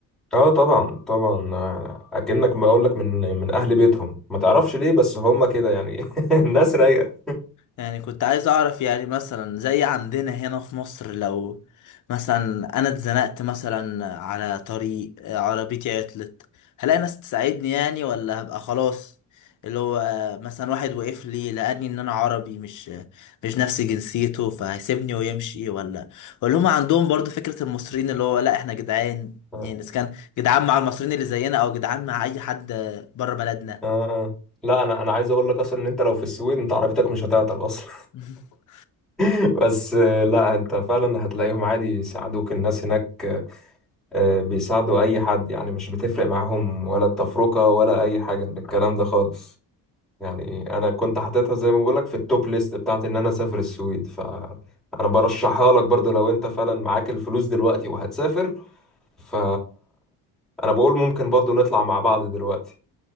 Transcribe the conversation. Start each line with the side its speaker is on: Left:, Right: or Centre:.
Centre: اه طبعا طبعا آه، اكنك ما اقول لك من من اهل بيتهم ما تعرفش ليه بس هم كده يعني <laughs> الناس رايقة
Left: يعني كنت عايز اعرف يعني مثلا زي عندنا هنا في مصر لو مثلا انا اتزنقت مثلا على طريق آه، عربيتي عطلت هلاقي ناس تساعدني يعني ولا هبقى خلاص اللي هو آه، مثلا واحد وقف لي لقاني ان انا عربي مش آه، مش نفس جنسيته فهيسيبني ويمشي ولا ولا هم عندهم برضو فكرة المصريين اللي هو لا احنا جدعان
Centre: اه
Left: يعني اذا كان جدعان مع المصريين اللي زينا او جدعان مع اي حد آه، بره بلدنا
Centre: اه آه. لا انا انا عايز اقول لك اصلا ان انت لو في السويد انت عربيتك مش هتعطل اصلا
Left: <laughs>
Centre: <laughs> بس آه، لا انت فعلا هتلاقيهم عادي يساعدوك الناس هناك آه، بيساعدوا اي حد يعني مش بتفرق معاهم ولا التفرقة ولا اي حاجة من الكلام ده خالص يعني انا كنت حاططها زي ما بقول لك في التوب ليست بتاعت ان انا اسافر السويد ف انا برشحها لك برضو لو انت فعلا معاك الفلوس دلوقتي وهتسافر ف انا بقول ممكن برضو نطلع مع بعض دلوقتي